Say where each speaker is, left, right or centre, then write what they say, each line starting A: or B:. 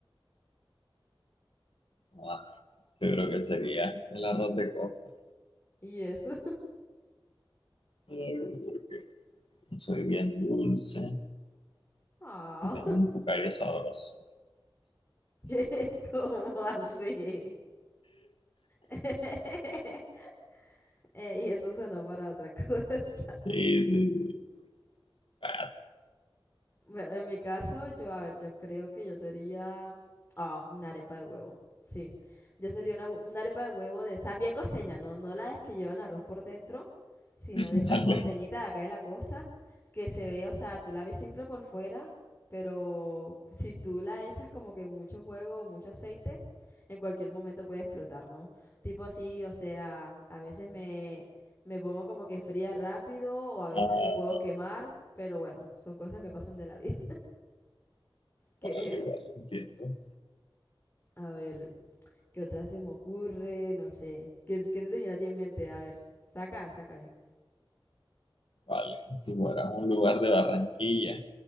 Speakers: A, on the left; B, on the left.
A: Ah, yo creo que sería el arroz de coco.
B: Y eso. <laughs>
A: Eh, Porque soy bien dulce
B: Ah,
A: y tengo un cucayo sabroso.
B: <laughs> ¿cómo así? <laughs> Eh, y eso sonó para otra <laughs> cosa.
A: Sí, sí, sí. Ah,
B: Bueno, en mi caso, yo, a ver, yo creo que yo sería, ah, una arepa de huevo, sí. Yo sería una, hue- una arepa de huevo de esas bien costeñas, no, no las que llevan arroz por dentro, sino
A: <laughs>
B: de esas
A: Vale.
B: costeñitas de acá de la costa, que se ve, o sea, tú la ves simple por fuera, pero si tú la echas como que mucho juego, mucho aceite, en cualquier momento puede explotar, ¿no? Tipo así, o sea, a veces me pongo como que fría rápido o a veces
A: Ah,
B: me puedo quemar, pero bueno, son cosas que pasan de la vida. <laughs> Que,
A: vale, vale, entiendo.
B: a ver, ¿qué otra se me ocurre? No sé. ¿Qué, se- qué se te viene a ti en mente? A ver, saca, saca. ahí.
A: Vale, si fueras un lugar de Barranquilla,